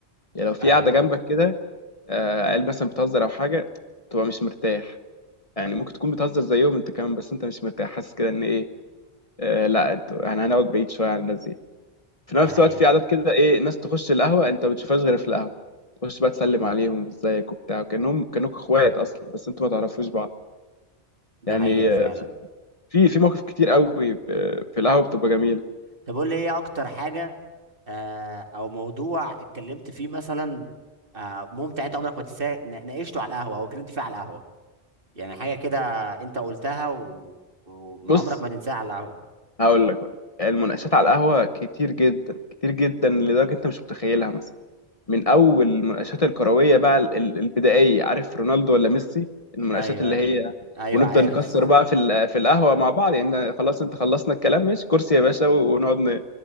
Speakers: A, on the left (about 35°); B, on the right (about 55°).
A: يعني لو في
B: ايوه
A: قعده جنبك كده آه عيال مثلا بتهزر او حاجه تبقى مش مرتاح يعني ممكن تكون بتهزر زيهم انت كمان بس انت مش مرتاح حاسس كده ان ايه آه لا انتوا احنا هنقعد بعيد شويه عن الناس دي في
B: دي
A: نفس
B: حقيقة
A: الوقت في عادات كده ايه ناس تخش القهوه انت ما بتشوفهاش غير في القهوه تخش بقى تسلم عليهم ازيك وبتاع كانهم كانوك اخوات اصلا بس انتوا ما تعرفوش بعض
B: دي
A: يعني
B: حقيقة فعلا
A: آه، في في مواقف كتير قوي ب- في القهوه بتبقى جميله
B: طب قول لي ايه اكتر حاجه آه، او موضوع اتكلمت فيه مثلا آه، ممتع انت عمرك ما تنساه نا- ناقشته على القهوه او اتكلمت فيه على القهوه يعني حاجه كده انت قلتها و... وعمرك
A: بص
B: ما تنساها على القهوه
A: هقول لك ولا المناقشات على القهوه كتير جدا كتير جدا لدرجه انت مش متخيلها مثلا من اول المناقشات الكرويه بقى ال- ال- البدائيه عارف رونالدو ولا ميسي المناقشات
B: ايوه
A: اللي
B: ايوه
A: هي
B: ايوه
A: ونفضل
B: عارف
A: نكسر بقى في ال- في القهوه مع بعض يعني خلاص انت خلصنا الكلام ماشي كرسي يا باشا ونقعد ن-